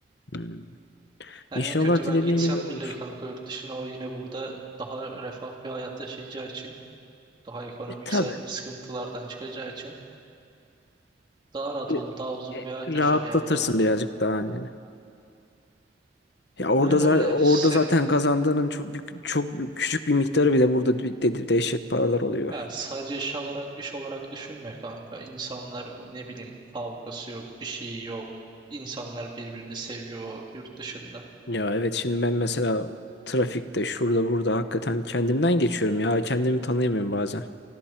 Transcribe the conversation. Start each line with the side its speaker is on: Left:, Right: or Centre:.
Left: Hmm.
Right: Yani
Left: İnşallah
Right: en kötü
Left: dilediğin
Right: ben gitsem
Left: gibi olur.
Right: bile kanka yurt dışına o yine burada daha refah bir hayat yaşayacağı için, daha ekonomiksel
Left: E, tabii.
Right: sıkıntılardan çıkacağı için daha rahat
Left: E,
Right: olur, daha huzurlu
Left: e,
Right: bir hayat
Left: rahatlatırsın
Right: yaşar yani o da burada.
Left: birazcık daha anneni. Ya orada
Right: Yani
Left: za-
Right: öyle.
Left: orada
Right: Senin
Left: zaten kazandığının çok büyük- çok büyük- küçük bir miktarı bile burada de de- dehşet paralar oluyor.
Right: Ya sadece iş olarak iş olarak düşünme kanka. İnsanlar ne bileyim kavgası yok, bir şey yok. İnsanlar birbirini seviyor yurt dışında.
Left: Ya evet şimdi ben mesela trafikte şurada burada hakikaten kendimden geçiyorum ya kendimi tanıyamıyorum bazen.